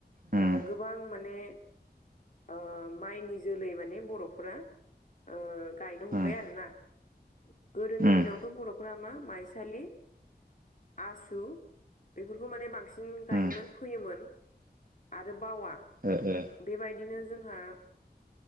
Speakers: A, on the right (about 55°); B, on the left (about 50°).
A: उम
B: ओ गोबां माने ओम। माइनि जोलै माने बर'फोरा ओ गायनो
A: उम
B: हमबाय आरोना। गोदोनि
A: उम
B: दिनावथ' बर'फोरा मा माइसालि आसु बेफोरखौ माने बांसिन गायोमोन
A: उम
B: फोयोमोन। आरो बावा।
A: ओ-ओ।
B: बेबायदिनो जोंहा